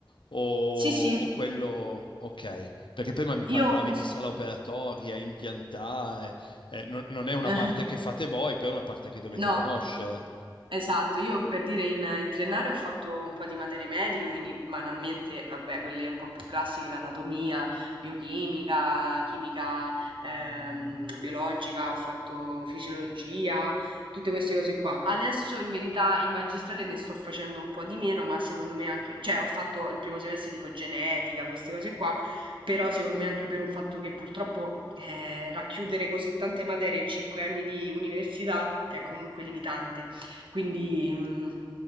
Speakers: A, on the left; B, on the right.
A: o,
B: Sì, sì,
A: o quello... Ok, perché prima mi parlavi
B: io... cons-
A: di sala operatoria, impiantare, eh, non, non è una
B: <laughs>
A: parte che fate voi, però è una parte che dovete
B: No,
A: conoscere.
B: esatto. Io per dire in, in triennale ho fatto un po' di materie mediche, quindi banalmente, vabbè, quelle un po' più classiche, l'anatomia, biochimica, chimica ehm, biologica, ho fatto fisiologia, tutte queste cose qua. Adesso in verità in magistrale ne sto facendo un po' di meno, ma secondo me anche, cioè ho fatto il primo semestre tipo genetica, queste cose qua. Però secondo me anche per un fatto che purtroppo eh, racchiudere così tante materie in cinque anni di università è comunque limitante. Quindi mh,